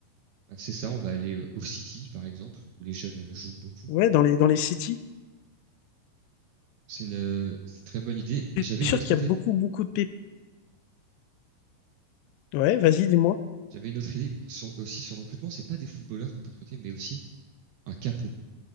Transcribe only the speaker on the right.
Ah, C'est ça, on va aller euh, au City par exemple où les jeunes euh, jouent beaucoup.
C'est une, euh, c'est une très bonne idée. Et
J'avais
une
autre
idée.
J'avais une autre idée sur, aussi sur le recrutement. C'est pas des footballeurs qu'on peut recruter, mais aussi un capot